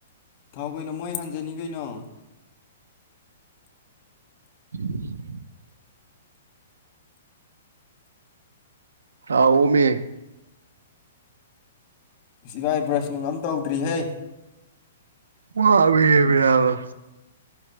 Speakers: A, on the left; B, on the right.
A: ꯊꯥꯎ ꯀꯩꯅꯣ ꯃꯣꯏ ꯍꯟꯖꯅꯤ ꯀꯩꯅꯣ
B: <inaudible> ꯑꯥꯎ ꯎ ꯃ
A: ꯏꯒꯥꯏ ꯕ꯭ꯔꯁ ꯅꯨꯡ ꯑꯃꯝ ꯇꯧꯗ꯭ꯔꯤꯍꯩ
B: ꯑꯣꯕꯤꯕꯤꯔꯕꯔ